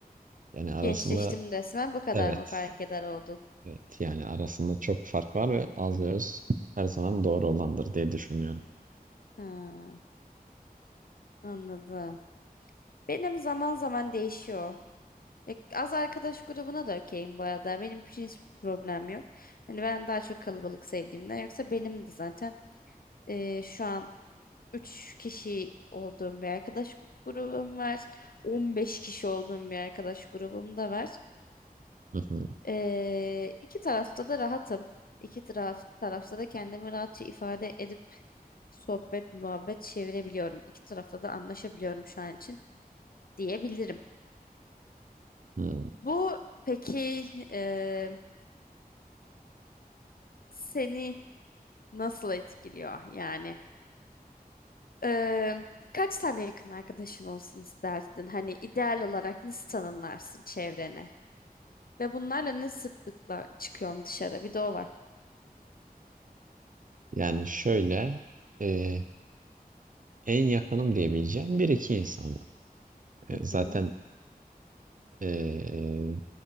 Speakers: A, on the right (about 60°); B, on the left (about 70°).
A: yani arasında
B: Gençleştim desem bu kadar
A: evet
B: mı fark eder oldun?
A: evet yani arasında çok fark var ve az ve öz her zaman doğru olandır diye düşünüyorum.
B: Ha, anladım. Benim zaman zaman değişiyor. Ya Az arkadaş grubuna da okeyim bu arada. Benim için hiç problem yok. Hani ben daha çok kalabalık sevdiğimden yoksa benim de zaten e, şu an 3 kişi olduğum bir arkadaş grubum var. on beş kişi olduğum bir arkadaş grubum da var.
A: Hı hı.
B: E, iki tarafta da rahatım. İki taraf, tarafta da kendimi rahatça ifade edip sohbet, muhabbet çevirebiliyorum. İki tarafta da anlaşabiliyorum şu an için diyebilirim.
A: Hmm.
B: Bu peki e, seni Nasıl etkiliyor yani? Ee, kaç tane yakın arkadaşın olsun isterdin? Hani ideal olarak nasıl tanımlarsın çevreni? Ve bunlarla ne sıklıkla çıkıyorsun dışarı? Bir de o var.
A: Yani şöyle e, en yakınım diyebileceğim bir iki insan var. E,
B: Hı
A: zaten
B: hı.
A: e,